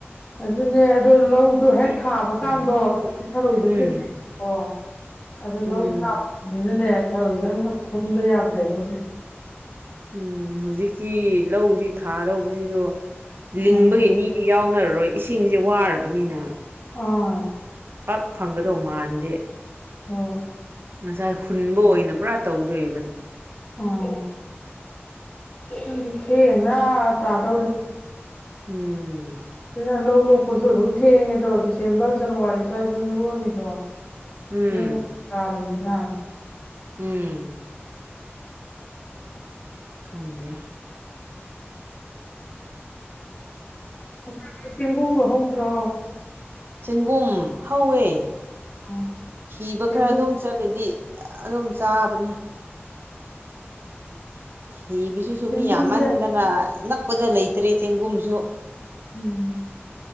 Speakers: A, on the left (about 35°); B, on the right (about 55°).
A: ꯑꯗꯨꯅꯦ ꯑꯗꯣ ꯂꯧꯗꯣ ꯍꯦꯛ ꯊꯥꯕ
B: ꯎꯝ
A: ꯀꯥꯟꯗꯣ ꯑꯗꯨꯗꯤ ꯊꯔꯣꯏꯗꯣ
B: ꯎꯝ
A: ꯊꯦꯡꯅꯩ ꯑꯣ ꯑꯗꯣ
B: ꯎꯝ
A: ꯂꯧ ꯁꯥꯈ꯭ꯔꯕꯅꯤꯅꯅꯦ ꯊꯔꯣꯏꯁꯦ ꯑꯝꯇ ꯈꯨꯟꯕ ꯌꯥꯗ꯭ꯔꯦꯕ ꯍꯧꯖꯤꯛꯁꯦ
B: ꯎꯝ ꯍꯧꯖꯤꯛꯀꯤ ꯂꯧꯁꯤ ꯊꯥꯗꯧꯕꯁꯤꯁꯨ
A: ꯎꯝ
B: ꯂꯤꯡꯕꯒꯤ ꯃꯤ꯫ ꯗꯤ ꯌꯥꯎꯅꯔꯔꯣꯏ ꯏꯁꯤꯡꯁꯦ ꯋꯥꯔꯕꯅꯤꯅ
A: ꯑ
B: ꯄꯛ ꯐꯪꯒꯗꯧ ꯃꯥꯟꯗꯦ
A: ꯍꯣꯏ
B: ꯉꯁꯥꯏ ꯍꯨꯟꯕ ꯑꯣꯏꯅ ꯄꯨꯔꯥ ꯇꯧꯗꯣꯏꯕꯅꯦ
A: ꯎꯝ ꯑꯗꯨ ꯊꯦꯡꯅ ꯇꯥꯗꯧꯔꯤ
B: ꯎꯝ
A: ꯁꯤꯅ ꯂꯧ ꯂꯣꯛꯄꯁꯨ ꯑꯗꯨꯝ ꯊꯦꯡꯉꯦꯗꯣ ꯗꯤꯁꯦꯝꯕꯔ ꯖꯅꯋꯥꯔꯤ ꯁ꯭ꯋꯥꯏꯗ ꯑꯗꯨꯝ ꯂꯣꯛꯑꯅꯤꯗꯣ
B: ꯎꯝ
A: ꯊꯦꯡꯅ ꯆꯥꯔꯕꯔꯕꯅꯤꯅ
B: ꯎꯝ ꯈꯪꯗꯦ
A: ꯑꯩꯈꯣꯏ ꯆꯦꯡꯒꯨꯝꯒ ꯍꯧꯗ꯭ꯔꯣ꯫
B: ꯆꯦꯡꯒꯨꯝ ꯍꯧꯋꯦ
A: ꯎꯝ
B: ꯊꯤꯕ
A: ꯆꯦꯡꯒꯨꯝ
B: ꯈꯔ ꯑꯗꯨꯝ꯫ ꯏꯆꯂꯗꯤ ꯑꯗꯨꯝ ꯆꯥꯕꯅꯤ ꯍꯤꯕꯁꯤꯁꯨ
A: ꯆꯦꯡꯒꯨꯝꯁꯦ
B: ꯃꯤ ꯌꯥꯝꯃꯟꯗꯅ ꯅꯛꯄꯗ ꯂꯩꯇ꯭ꯔꯦ ꯆꯦꯡꯒꯨꯝꯁꯨ
A: ꯎꯝ